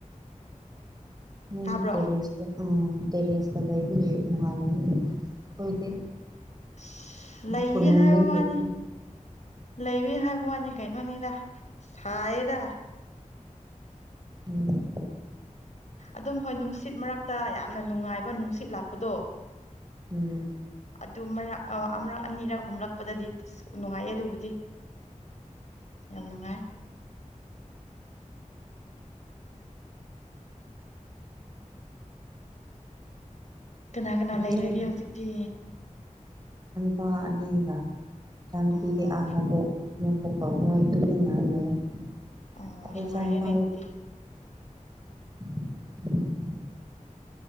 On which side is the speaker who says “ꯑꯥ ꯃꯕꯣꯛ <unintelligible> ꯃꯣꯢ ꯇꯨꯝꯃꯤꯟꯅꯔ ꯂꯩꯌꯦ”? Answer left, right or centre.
Right